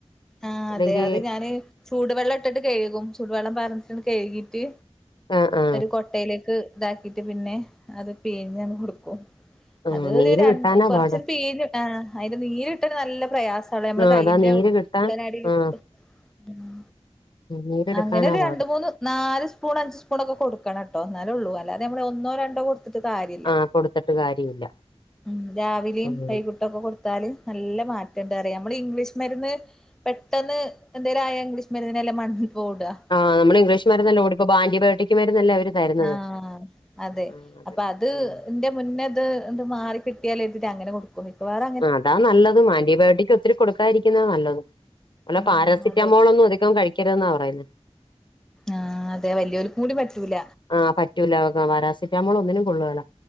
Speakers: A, in the centre; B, on the left (about 45°).
A: ആ
B: അല്ലെങ്കിൽ
A: അതെ അത് ഞാന് ചൂടുവെള്ളം ഇട്ടിട്ട് കഴുകും ചൂടുവെള്ളം പറഞ്ഞിട്ട കഴുകിട്ട്
B: ആ ആ
A: കൊട്ടയിലേക്ക് ഇതാക്കിട്ട് പിന്നെ അത് പിയിഞ്ഞങ്ങ് കൊടുക്കും
B: ആ
A: അത് ഒരു
B: നീര് കിട്ടാനാ
A: കൊറച്ചോരു
B: പാട്
A: പിഴിഞ്ഞ് ആഹ് അതിന്റെ നീര് കിട്ടൻ നല്ല പ്രയാസ നമ്മള്
B: ആ
A: കയ്യിന്റെ
B: അതാ നീര്
A: ഉള്ളനാടിൽ
B: കിട്ടാൻ
A: വച്ചിട്ട്
B: ആ
A: ഉം
B: നീരെടുക്കാനാ
A: അങ്ങനൊരു
B: പാട്
A: രണ്ട്‌ മൂന്ന് നാല് സ്പൂൺ അഞ്ച് സ്പൂണൊക്കെ കൊടുക്കണം ട്ടോ എന്നാലെ ഉള്ളൂ അല്ലതെ നമ്മൾ ഒന്നോ രണ്ടോ കൊടു തിട്ട് കാര്യയില്ല
B: ആ കൊടുത്തിട്ട് കാര്യമില്ല
A: ഉം രാവിലെയും
B: ഉം
A: വയ്കു ട്ടൊക്കെ കൊടുത്തല് നല്ല മാറ്റണ്ട് അറിയാം നമ്മള് ഇംഗ്ലീഷ് മരുന്ന് പെട്ടെന്ന് എന്തോലും ആയാ ഇംഗ്ലീഷ് മരുന്നിന്നല്ലേ <unintelligible>
B: ആഹ് നമ്മള് ഇംഗ്ലീഷ് മരുന്നല്ലോടി ഇപ്പോ ആന്റിബയോട്ടിക്ക് മരുന്നല്ലേ അവര് തരുന്നത്
A: ആഹ് അതെ
B: ആഹ് അതെ
A: അപ്പൊ അത്
B: ആഹ്
A: ന്റെ മുന്നേത് എത് മാറി കിട്ടിയാല ഇതി അങ്ങനെ കൊടുക്ക കുമിക്കാവാറ
B: അതാ നല്ലതും ആന്റിബയോട്ടിക്ക് ഒത്തിരി കൊടുക്കാതിരിക്കുന്ന നല്ലതും അല്ല
A: ഉം
B: പാരസിറ്റമോൾ
A: അതെ
B: ഒന്നും അധികം കഴിക്കരുതെന്നാ പറയുന്നെ
A: ആഹ് അതെ വലിയൊലിക്കു കൂടി പറ്റൂല
B: ആഹ് പറ്റൂല പാരാസിറ്റമോൾ ഒന്നിനും കൊള്ളൂല